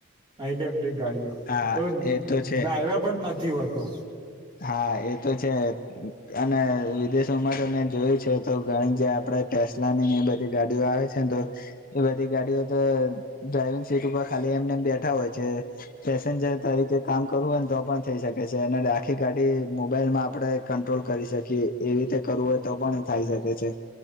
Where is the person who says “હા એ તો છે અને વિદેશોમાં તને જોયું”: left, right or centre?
Left